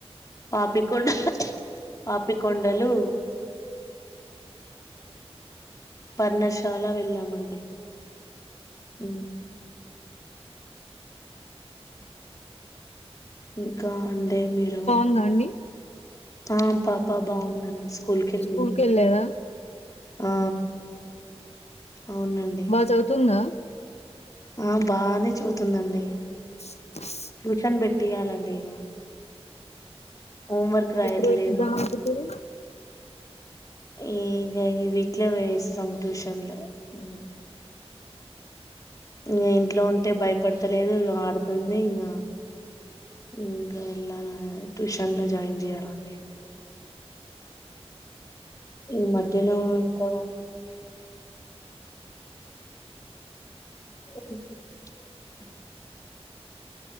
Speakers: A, on the left; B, on the left.
A: పాపికొం పాపికొండలు పర్ణశాల వెళ్ళామండి ఊ ఇంకా అంటే మీరు
B: ఉందా అండి
A: ఆ పాప బావుందండి స్కూల్ కెళ్ళింది
B: స్కూల్కి వెళ్ళారా
A: ఆ అవునం
B: బా చదువుతుందా
A: ఆ బానే చదువుతుందండి
B: స స్
A: ట్యూషన్ పెట్టియ్యాలండి ఇం ఓం వర్క్ రాయట్లేదు
B: ఎప్పుడు ఎక్కిద్దాం అనుకుంటారు
A: ఈగ ఈ వీక్ లో వేస్తాం ట్యూషన్లో ఊ ఇగ ఇంట్లో ఉంటే భయపడుతలేదు ఇగ ఆడుతుంది ఇం ఇంగా ఎల్లాల ట్యూషన్ లో జాయిన్ జెయ్యాలండి ఈ మధ్యలో ఎక్కువ <inaudible>